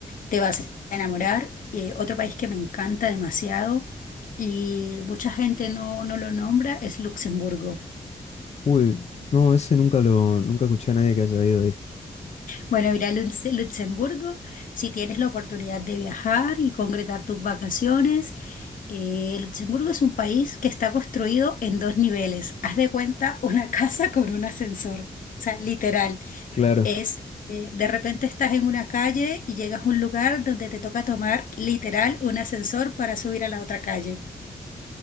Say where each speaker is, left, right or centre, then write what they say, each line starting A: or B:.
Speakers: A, on the left (about 75°); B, on the left (about 50°).
A: te vas a enamorar. Eh, otro país que me encanta demasiado y mucha gente no, no lo nombra es Luxemburgo.
B: Uy, no, ese nunca lo, nunca escuché a nadie que haya ido ahí.
A: Bueno, ir a Lutz- Luxemburgo, si tienes la oportunidad de viajar y concretar tus vacaciones. Eh, Luxemburgo es un país que está construido en dos niveles. Haz de cuenta una <laughs> casa con un ascensor. O sea, literal.
B: Claro.
A: Es, eh, de repente estás en una calle y llegas a un lugar donde te toca tomar literal un ascensor para subir a la otra calle.